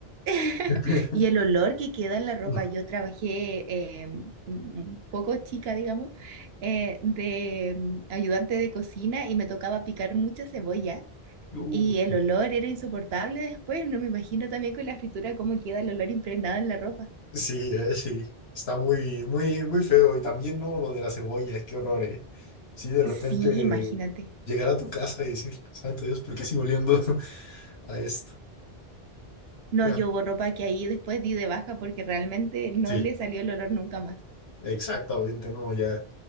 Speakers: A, on the right; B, on the left.
A: <laughs>
B: <laughs>
A: Y el olor que queda en la ropa.
B: Uf,
A: Yo trabajé eh, un poco chica, digamos, eh, de mm, ayudante de cocina y me tocaba picar mucha cebolla
B: ujú.
A: y el olor era insoportable después. No me imagino también con la fritura cómo queda el olor impregnado en la ropa.
B: Sí, eh, sí. Está muy, muy, muy feo. Y también, ¿no? Lo de las cebollas, qué horror, ¿eh? Sí, de repente
A: Sí, imagínate.
B: llegar a tu casa y decir, santo Dios, ¿por qué sigo oliendo <laughs> a esto?
A: No,
B: Ah,
A: yo hubo ropa que ahí después di de baja porque realmente no
B: Sí,
A: le salió el olor nunca más.
B: exactamente, ¿no? Ya,